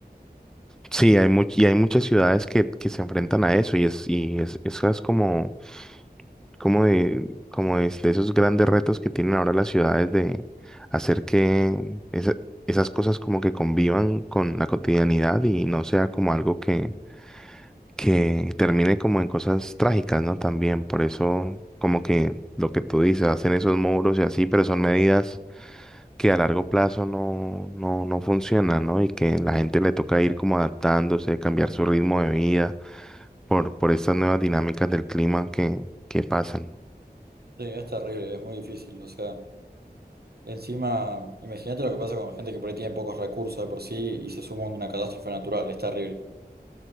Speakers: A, in the centre; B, on the right.
A: Sí, hay much- y hay muchas ciudades que, que se enfrentan a eso y es, y es, eso es como, como de, como es de esos grandes retos que tienen ahora las ciudades de hacer que esa- esas cosas como que convivan con la cotidianidad y no sea como algo que, que termine como en cosas trágicas, ¿no? También, por eso como que lo que tú dices, hacen esos muros y así, pero son medidas que a largo plazo no, no, no funciona, ¿no? Y que la gente le toca ir como adaptándose, cambiar su ritmo de vida por, por estas nuevas dinámicas del clima que, que pasan.
B: Sí, es terrible, es muy difícil. O sea. Encima, imagínate lo que pasa con gente que por ahí tiene pocos recursos de por sí y se suma una catástrofe natural, es terrible.